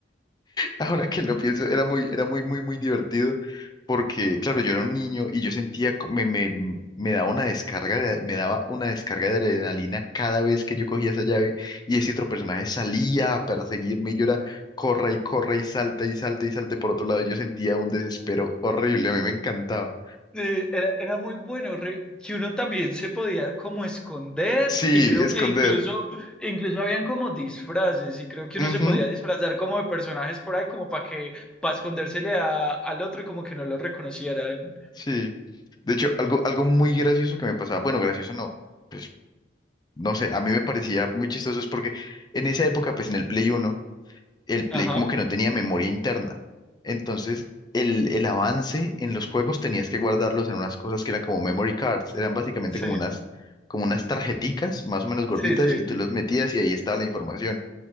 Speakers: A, on the left (about 20°); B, in the centre.
A: Ahora que lo pienso, era muy, era muy, muy, muy divertido porque, claro, yo era un niño y yo sentía, co- me, me, me daba una descarga, de- me daba una descarga de adrenalina cada vez que yo cogía esa llave y ese otro personaje salía a perseguirme y yo era, corra y corra y salta y salta y salte por otro lado. Yo sentía un desespero horrible, a mí me encantaba.
B: Sí, era, era muy bueno, re- que uno también se podía como esconder
A: Sí,
B: y creo
A: esconder.
B: que incluso, incluso habían como disfraces y creo que uno
A: Ujú,
B: se podía disfrazar como de personajes por ahí como para que, para escondérsele a- al otro y como que no lo reconocieran.
A: sí. De hecho, algo, algo muy gracioso que me pasaba, bueno, gracioso no, pues no sé, a mí me parecía muy chistoso es porque en esa época, pues en el Play Uno el Play
B: Ajá,
A: como que no tenía memoria interna. Entonces, el, el avance en los juegos tenías que guardarlos en unas cosas que eran como memory cards, eran básicamente
B: sí,
A: como unas, como unas tarjeticas más o menos gorditas
B: sí, sí.
A: y tú los metías y ahí estaba la información.